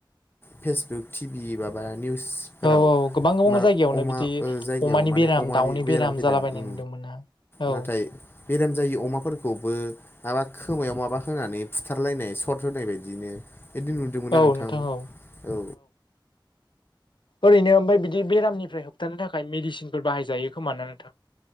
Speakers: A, on the left; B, on the left.
A: फेसबुक टिभि बा-बा निउसफोराव
B: औ औ गोबां गोबां
A: मा
B: जायगायावनो
A: अमा
B: बिदि
A: ओ जायगायाव
B: अमानि
A: माने
B: बेराम
A: अमानि
B: दाउनि
A: बेराम फैदों
B: जालाबायनाय
A: उम
B: नुदोंमोन ना औ
A: नाथाय बेराम जायि अमाफोरखौबो माबा खोमायाव माबा होनानै फुथारलायनाय सर्ट होनाय बायदिनो बिदि नु दों मोन ना
B: औ
A: नोंथां?
B: औ
A: औ
B: ओरैनो ओमफाय बिदि बेरामनिफ्राय होबथानो थाखाय मेडिसिनफोर बाहायजायो खोमा ना नोंथां?